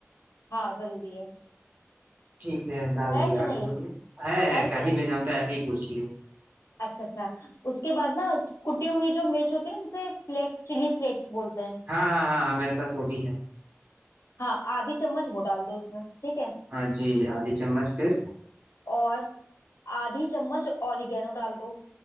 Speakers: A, on the left; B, on the right.
A: हाँ जरूरी है
B: ठीक है डाल
A: है
B: दिया
A: कि
B: आगे
A: नहीं है
B: बोलिए है
A: डाल
B: है
A: दिया
B: काली मिर्च हम तो ऐसे
A: क-
B: ही पूछ लिए
A: अच्छा अच्छा उसके बाद ना कुटी हुई जो मिर्च होती है ना जिसे फ्लेक्स चिली फ्लेक्स बोलते हैं
B: हाँ हाँ हाँ हाँ मेरे पास वो भी है
A: हाँ आधी चम्मच वो डाल दो उसमें ठीक है
B: हाँ जी आधी चम्मच फिर
A: और आधी चम्मच ऑरिगेनो डाल दो